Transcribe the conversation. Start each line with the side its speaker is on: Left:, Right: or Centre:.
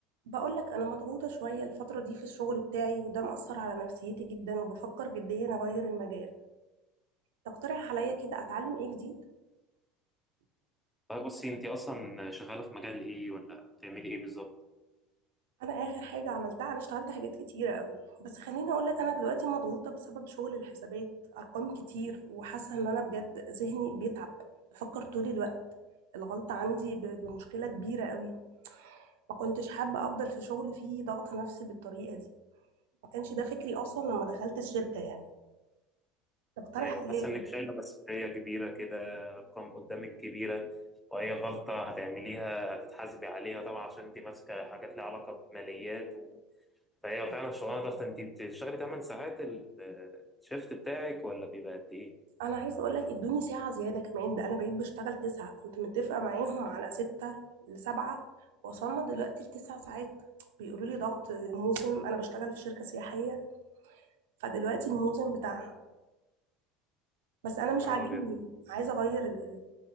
Right: بقولك انا مضغوطه شويه الفتره دي في الشغل بتاعي وده مأثر على نفسيتي جدا وبفكر جديا اغير المجال تقترح عليا كده اتعلم ايه جديد
Centre: طيب بصي انت اصلا شغاله في مجال ايه ولا بتعملي ايه بالظبط
Right: انا اخر حاجه عملتها انا اشتغلت حاجات كتيره قوي بس خليني اقولك انا دلوقتي مضغوطه بسبب شغل الحسابات ارقام كتير وحاسه ان انا بجد ذهني بيتعب بفكر طول الوقت الغلطه عندي ب- بمشكله كبيره قوي ما كنتش حابه افضل في شغل فيه ضغط نفسي بالطريقه دي ما كانش ده فكري اصلا لما دخلت الشركه يعني تقترح
Centre: ايوه حاسه
Right: عليا ايه
Centre: انك شايله مسؤوليه كبيره كده ارقام قدامك كبيره واي غلطه هتعمليها هتتحاسبي عليها طبعا عشان انت ماسكه حاجات ليها علاقه بماليات و... فهي فعلا شغلانه ضغط انت بتشتغلي 8 ساعات ال- الشيفت بتاعك ولا بيبقى قد ايه
Right: انا عايزه اقول لك ادوني ساعه زياده كمان ده انا بقيت بشتغل تسعة كنت متفقه معاهم على ستة لسبعة وصلنا دلوقتي لتسع ساعات بيقولوا لي ضغط موسم انا بشتغل في شركه سياحيه فدلوقتي الموسم بتاعها بس انا مش
Centre: انا
Right: عاجبني
Centre: ابيض
Right: عايزه اغير ال... ال-